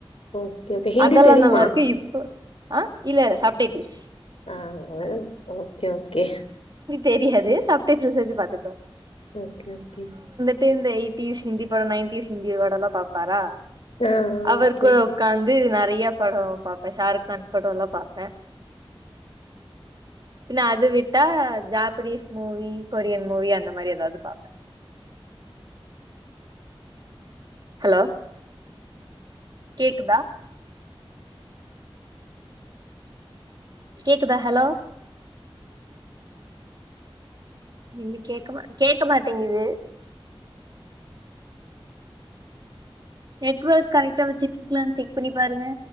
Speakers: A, on the left; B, on the right.
A: okay okay. Hindi
B: அதெல்லாம்
A: தெரியுமா?
B: நல்லா இருக்கு இப்போ ஆஹ் இல்ல இ சாப்ப ட்டல்ஸ்
A: ஆ அ ஓகே ஓகே ஓ கே
B: தெரியாது சாப் டைட்டீல் வச்சி பாத்துக்கோ
A: ஓகே ஓகே
B: எயிட்டிஸ் ஹிந்தி படம் நைன்டிஸ் ஹிந்தி படம்லாம் பாப்பாரா
A: ஆ
B: அவர்
A: ஓகே.
B: கூட உ ட்காந் நறைய படம் பார்பே ஷாருகான் படம்லாம் பாார்பே பின்ன அது விட் ட்டா ஜாப்பனீஸ் மூவி கொரியன் மூவி அந்த மாதிரி எதாவது பாப்பே ஹலோ கேக்குதா கேக்குதா ஹலோ நீ கே கேட்க மாட்டேங்குது நெட்வொர்க் கரெக்ட்டா வச்சிருக்கீங்களானு செக் பண்ணி பாருங்க